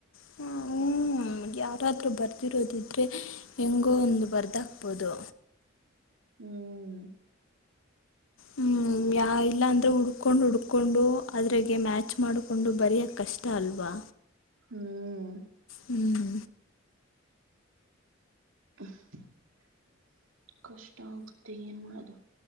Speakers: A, on the left; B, on the right.
A: ಹಾ ಹ್ಮ್ ಯಾರಾದ್ರೂ ಬರ್ದಿರೋದಿದ್ರೆ ಹೆಂಗೋ ಒಂದು ಬರ್ದ ಹಾಕ್ಬೋದು
B: ಹ್ಮ್
A: ಹ್ಮ್ ಯಾ ಇಲ್ಲ ಅಂದ್ರೆ ಹುಡ್ಕೊಂಡು ಹುಡ್ಕೊಂಡು ಅದ್ರಾಗ ಮ್ಯಾಚ್ ಮಾಡಿಕೊಂಡು ಬರೆಯೋ ಕಷ್ಟ ಅಲ್ವಾ
B: ಹ್ಮ್
A: ಹ್ಞೂ
B: <unintelligible> ಕಷ್ಟ ಆಗುತ್ತೆ ಏನ್ ಮಾಡೋದು